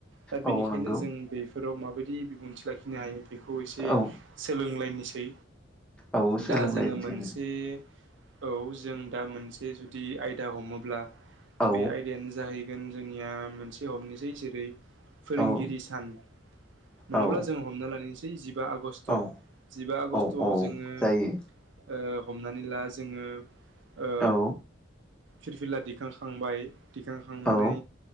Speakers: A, on the right; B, in the centre.
A: दा बेनिखायनो
B: औ नंगौ
A: जों बेफोराव माबायदि बिबुंथि लाखिनो हायो बेखौ एसे
B: औ
A: सोलोंलायनि सो
B: औ सोलोंलायनोसै
A: दा जोङो मोनसे औ जों दा मोनसे जुदि आयदा हमोब्ला
B: औ
A: बे आयदायानो जाहैगोन जोंनिया मोनसे हमनोसै जेरै फोरोंगिरि
B: औ
A: सान नङाब्ला
B: औ
A: जों हमना लानायसै जिबा आगष्ट
B: औ
A: जिबा आगष्ट
B: औ
A: थ'आव
B: औ
A: जोङो
B: जायो
A: ओ हमनानै ला जोङो ओ
B: औ
A: फिरफिला दिखांखांबाय दिखांखांनानै
B: औ